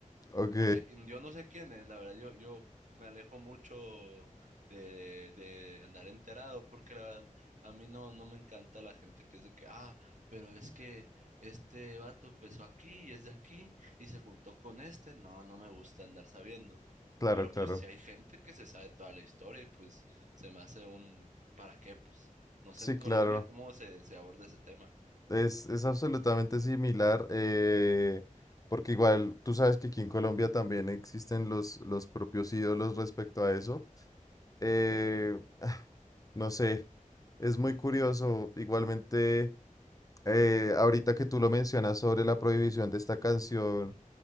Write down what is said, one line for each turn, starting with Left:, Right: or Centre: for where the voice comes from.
Left: Ok,
Right: No sé, quién- yo no sé quién es, la verdad, yo, yo me alejo mucho de, de andar enterado, porque la verdad, a mí no, no me encanta la gente que es de que, ah, pero es que este vato empezó aquí y es de aquí y se juntó con este, no, no me gusta andar sabiendo,
Left: claro,
Right: pero
Left: claro.
Right: pues si hay gente que se sabe toda la historia y pues se me hace un, ¿para qué? Pues no sé
Left: Sí,
Right: en Colombia
Left: claro.
Right: cómo se, se aborda ese tema.
Left: Es, es absolutamente similar, eh, porque igual tú sabes que aquí en Colombia también existen los, los propios ídolos respecto a eso. Eh, <sighs> ah, no sé, es muy curioso. Igualmente, eh, ahorita que tú lo mencionas sobre la prohibición de esta canción